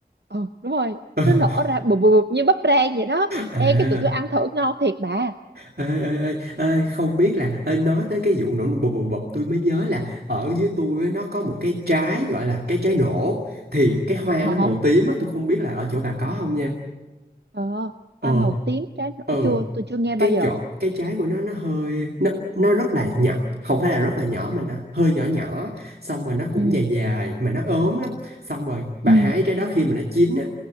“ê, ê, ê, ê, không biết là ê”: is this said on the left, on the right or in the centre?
Right